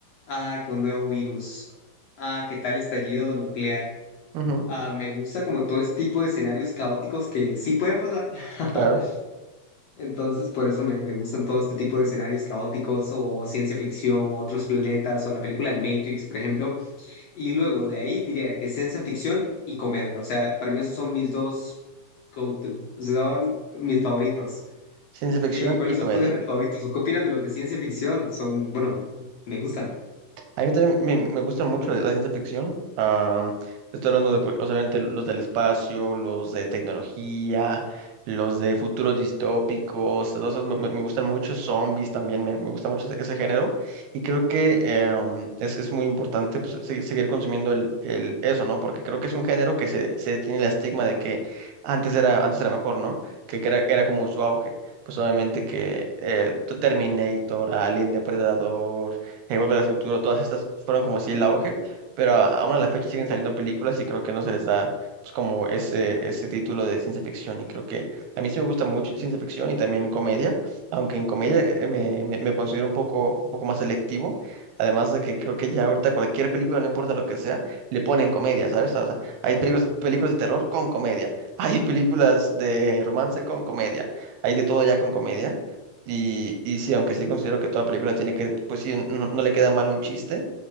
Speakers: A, on the left; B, on the right.
A: Ah, que un nuevo virus. Ah, que tal estallido nuclear.
B: Ujú,
A: Ah, me gusta como todo este tipo de escenarios caóticos que sí pueden pasar. <laughs>
B: claro.
A: Entonces, por eso me, me gustan todo este tipo de escenarios caóticos o ciencia ficción o otros planetas o la película El Matrix, por ejemplo. Y luego de ahí diría que ciencia ficción y comedia. O sea, para mí esos son mis dos go-to, son mis favoritos.
B: Ciencia ficción
A: ¿Qué, cuáles
B: y comedia.
A: son tus géneros favoritos? ¿O qué opinas de los de ciencia ficción? Son, bueno, me gustan.
B: A mí también me, me gusta mucho la ciencia ficción. Ah, te estoy hablando de, por- obviamente, los del espacio, los de tecnología, los de futuros distópicos, todos esos me, me- me gustan mucho. Zombies también, me, me gusta mucho ese, ese género. Y creo que em, es, es muy importante pues, se- seguir consumiendo el, el- eso, ¿no? Porque creo que es un género que se, se tiene el estigma de que antes era, antes era mejor, ¿no? Que, que era, era como su auge. Pues obviamente que eh, Terminator, Alien Depredador en Volver al Futuro, todas estas fueron como si el auge, pero a- aún a la fecha siguen saliendo películas y creo que no se les da pues como ese, ese título de ciencia ficción y creo que a mí sí me gusta mucho ciencia ficción y también comedia, aunque en comedia eh, me, me- me considero un poco, un poco más selectivo, además de que creo que ya ahorita cualquier película, no importa lo que sea, le ponen comedia, ¿sabes? O sea, hay películas, películas de terror con comedia, <laughs> hay películas de romance con comedia, hay de todo ya con comedia. Y, y sí, aunque sí considero que toda película tiene que, pues sí, no, no le queda mal un chiste,